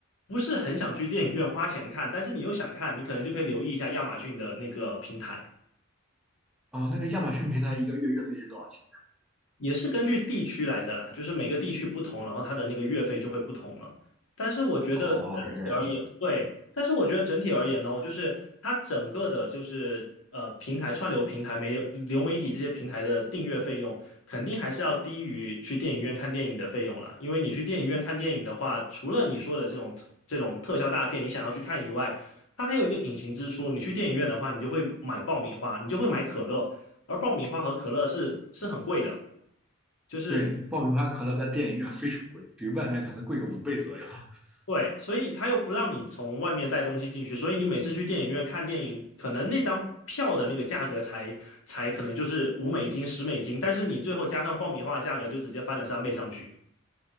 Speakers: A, on the left (about 85°); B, in the centre.
A: 不是很想去电影院花钱看，但是你又想看，你可能就可以留意一下亚马逊的那个平台。
B: 哦，那个亚马逊平台一个月月费是多少钱？
A: 也是根据地区来的啦，就是每个地区不同，然后它的那个月费就会不同了。但是我觉得整体而言，
B: 哦，是这样的。
A: 对，但是我觉得整体而言呢，就是它整个的，就是呃，平台串流平台、媒流媒体这些平台的订阅费用，肯定还是要低于去电影院看电影的费用了。因为你去电影院看电影的话，除了你说的这种这种特效大片，你想要去看以外，它还有一个隐形支出。你去电影院的话，你就会买爆米花，你就会买可乐，而爆米花和可乐是是很贵的。就是
B: 对，爆米花可乐在电影院非常贵，比外面可能贵个五倍左右。<laughs>
A: 对，所以他又不让你从外面带东西进去，所以你每次去电影院看电影，可能那张票的那个价格才才可能就是五美金、十美金，但是你最后加上爆米花的价格就直接翻了三倍上去。